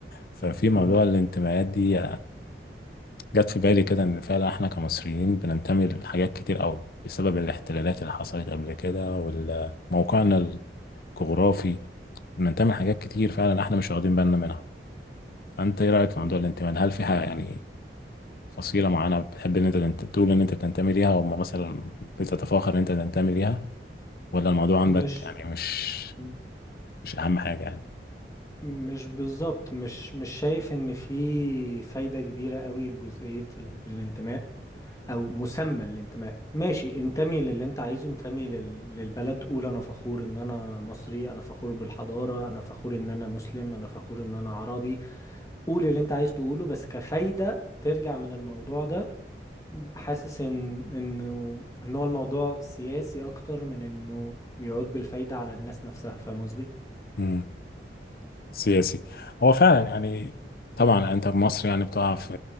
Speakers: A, on the left; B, on the left.
A: ففي موضوع
B: مم.
A: الانتماءات دي جت في بالي كده ان فعلا احنا كمصريين بننتمي لحاجات كتير قوي بسبب الاحتلالات اللي حصلت قبل كده وموقعنا الجغرافي بننتمي لحاجات كتير فعلا احنا مش واخدين بالنا منها فانت ايه رايك في موضوع
B: مم.
A: الانتماء هل في حاجه يعني فصيله معينه بتحب ان انت تنت- تقول ان انت بتنتمي ليها او مثلا بتتفاخر ان انت تنتمي ليها ولا الموضوع عندك
B: مش
A: يعني مش
B: مم.
A: مش اهم حاجه يعني
B: مش بالظبط مش مش شايف ان في فايدة كبيرة قوي لجزئية ال- الانتماء او مسمى الانتماء ماشي انتمي للي انت عايزه انتمي لل- للبلد قول انا فخور ان انا مصري انا فخور بالحضارة انا فخور ان انا مسلم انا فخور ان انا عربي قول اللي انت عايز تقوله بس كفايدة ترجع من الموضوع ده حاسس ان انه ان هو الموضوع سياسي اكتر من انه يعود بالفايدة على الناس نفسها فاهم قصدي؟
A: امم سياسي هو فعلا يعني طبعا انت في مصر يعني بتقع في